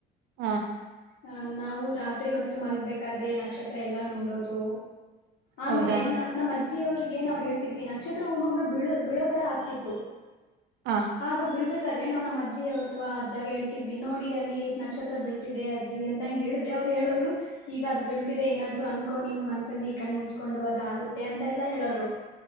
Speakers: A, on the right; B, on the left.
A: ಹಾ.
B: ಹ ನಾವು ರಾತ್ರಿ ಹೊತ್ತು ಮಲಗ್ಬೇಕಾದ್ರೆ ನಕ್ಷತ್ರ ಎಲ್ಲಾ ನೋಡೋದು ಆಮೇಲೆ
A: ಹೌದಾ?
B: ನ ನಮ್ ಅಜ್ಜಿ ಜಿ ಅವರಿಗೆ ನಾವು ಹೇಳ್ತಿದ್ವಿ ನಕ್ಷತ್ರ ಒಮ್ಮೊಮ್ಮೆ ಬಿಳು ಬಿಳೋ ತರ ಆಗ್ತಿತ್ತು.
A: ಆ
B: ಆಗ ಬಿಳ್ಬೇಕ್ ಕಾದ್ರೆ ನಾವ್ ನಮ್ ಅಜ್ಜಿ ಅಥವಾ ಅಜ್ಜಾಗೆ ಹೇಳ್ತಿದ್ವಿ ನೋಡಿ ಅಲ್ಲಿ ಎಷ್ಟ್ ನಕ್ಷತ್ರ ಬೀಳ್ತಿದೆ ಅಜ್ಜಿ ಅಂತ ಹಿಂಗ್ ಹೇಳಿದ್ರೆ ಅವ್ರು ಹೇಳೋರು ಈಗ ಅದ್ ಬೀಳ್ತಿದೆ ಏನಾದ್ರು ಅನ್ಕೋ ನೀನು ಮನಸಲ್ಲಿ ಕಣ್ ಮುಚ್ಕೊಂಡು ಅದು ಆಗುತ್ತೆ ಅಂತ ಎಲ್ಲ ಹೇಳೋರು.